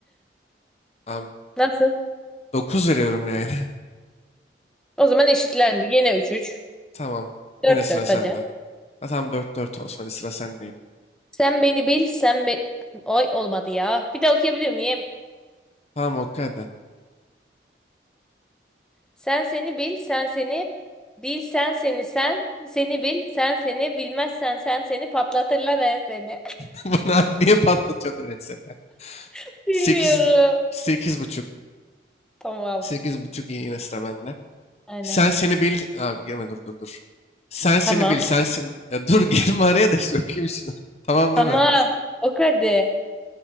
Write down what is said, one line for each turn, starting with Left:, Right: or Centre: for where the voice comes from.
Left: abi
Centre: Nasıl?
Left: 9 veriyorum yani. <laughs>
Centre: O zaman eşitlendi. Yine 3-3.
Left: Tamam.
Centre: 4-4
Left: Yine sıra sende.
Centre: hadi.
Left: Ha, tamam dört 4 olsun. Hadi sıra sende yine.
Centre: Sen beni bil, sen be... Oy olmadı ya. Bir daha okuyabilir miyim?
Left: Tamam okey hadi.
Centre: Sen seni bil, sen seni bil, sen seni sen, seni bil, sen seni bilmezsen sen seni patlatırlar he seni.
Left: <laughs> Bana abi niye patlatıyorlar insanı?
Centre: <laughs> Bilmiyorum.
Left: Sekiz 8 buçuk.
Centre: Tamam.
Left: sekiz buçuk iyi yine sıra bende.
Centre: Aynen.
Left: Sen seni bil. Abi girme dur dur dur. Sen seni
Centre: Tamam.
Left: bil. Sen seni. Ya dur <laughs> girme araya da işte okuyayım şunu. <laughs> Tamam
Centre: Tamam.
Left: deme.
Centre: O hadi.